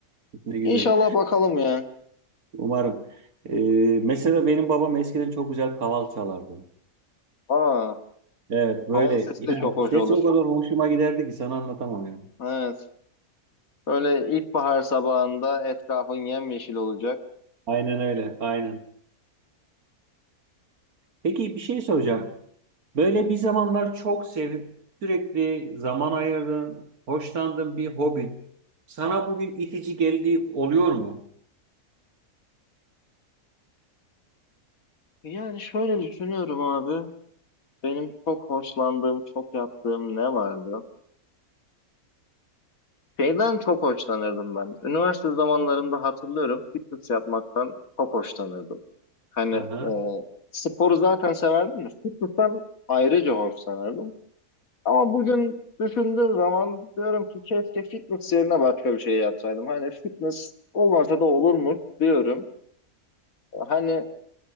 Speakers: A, on the right; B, on the left.
A: Ne güzel.
B: İnşallah bakalım ya.
A: Umarım. Ee, mesela benim babam eskiden çok güzel kaval çalardı.
B: Aa,
A: Evet, böyle
B: hava sesi
A: ya
B: de çok hoş
A: sesi
B: olur.
A: o kadar hoşuma giderdi ki sana anlatamam yani.
B: Evet. Böyle ilkbahar sabahında etrafın yemyeşil olacak.
A: Aynen öyle, aynen. Peki bir şey soracağım. Böyle bir zamanlar çok sevip sürekli zaman ayırdığın, hoşlandığın bir hobin sana bugün itici geldiği oluyor mu?
B: Yani şöyle düşünüyorum abi. Benim çok hoşlandığım, çok yaptığım ne vardı? Şeyden çok hoşlanırdım ben. Üniversite zamanlarımda hatırlıyorum fitness yapmaktan çok hoşlanırdım. Hani
A: Aha.
B: e, sporu zaten severdim de fitness'tan ayrıca hoşlanırdım. Ama bugün düşündüğüm zaman diyorum ki keşke fitness yerine başka bir şey yapsaydım. Hani fitness olmasa da olurmuş diyorum. Hani